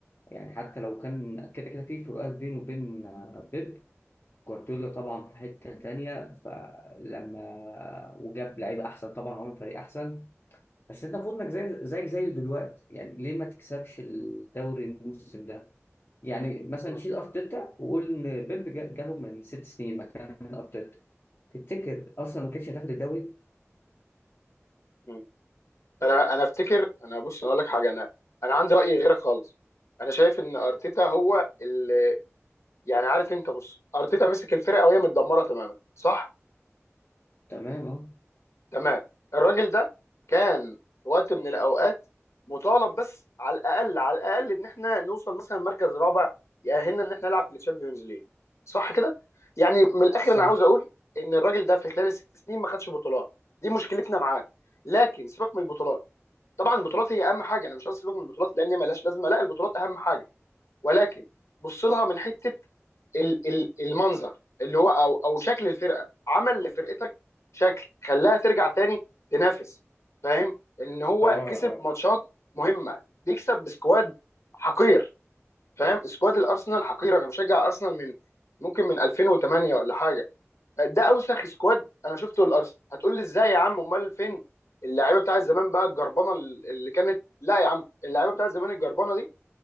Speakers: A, on the left; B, on the left.
A: يعني حتى لو كان كده كده في فروقات بينه وبين آه، بيب جوارديولا طبعا في حتة تانية فلما وجاب لعيبة أحسن طبعا عمل فريق أحسن بس أنت المفروض إنك زي زيك زيه دلوقتي يعني ليه ما تكسبش الدوري الموسم ده؟ يعني مثلا
B: مم.
A: شيل أرتيتا وقول إن بيب جا- جالهم من ست سنين مكان أرتيتا تفتكر اصلا ما كانتش هتاخد الدوري
B: مم. انا انا افتكر انا بص انا اقول لك حاجه انا انا عندي راي غيرك خالص انا شايف ان ارتيتا هو اللي يعني عارف انت بص ارتيتا مسك الفرقه وهي متدمره تماما صح
A: تمام اه
B: تمام الراجل ده كان في وقت من الاوقات مطالب بس على الاقل على الاقل ان احنا نوصل مثلا مركز رابع يأهلنا ان احنا نلعب في الشامبيونز ليج صح كده يعني من الاخر
A: صح
B: انا عاوز اقول ان الراجل ده في خلال الست سنين ما خدش بطولات دي مشكلتنا معاه لكن سيبك من البطولات طبعا البطولات هي اهم حاجه انا مش قصدي سيبك من البطولات لان مالهاش لازمه لا البطولات اهم حاجه ولكن بص لها من حته ال- ال- المنظر اللي هو او او شكل الفرقه عمل لفرقتك شكل خلاها ترجع تاني تنافس فاهم ان هو
A: اه
B: كسب
A: اه
B: ماتشات مهمه بيكسب بسكواد حقير فاهم سكواد الارسنال حقير انا بشجع ارسنال من ممكن من 2008 ولا حاجه ده اوسخ سكواد انا شفته للارسنال هتقول لي ازاي يا عم امال فين اللعيبه بتاعت زمان بقى الجربانه اللي كانت لا يا عم اللعيبه بتاعت زمان الجربانه